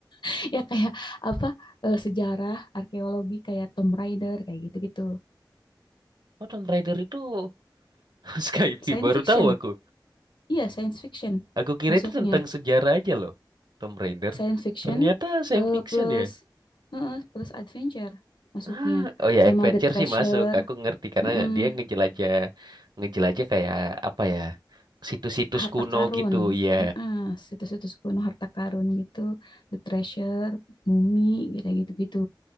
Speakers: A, on the left; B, on the right.
A: <laughs> ya kayak apa eh, sejarah arkeologi kayak Tomb Raider kayak gitu-gitu
B: Oh, Tomb Raider itu <laughs> Skyfi
A: science
B: baru
A: fiction
B: tahu aku.
A: iya science fiction
B: Aku kira
A: masuknya
B: itu tentang sejarah aja loh, Tomb Raider.
A: science fiction
B: Ternyata science
A: eh,
B: fiction
A: plus
B: ya.
A: eh, plus adventure masuknya
B: Ah, oh ya,
A: sama
B: adventure
A: The Treasure
B: sih masuk. Aku ngerti karena
A: mm-mm,
B: dia ngejelajah, ngejelajah kayak apa ya, situs-situs
A: harta
B: kuno
A: karun
B: gitu ya.
A: Heeh, situs-situs kuno harta karun gitu The Treasure mumi gitu-gitu gitu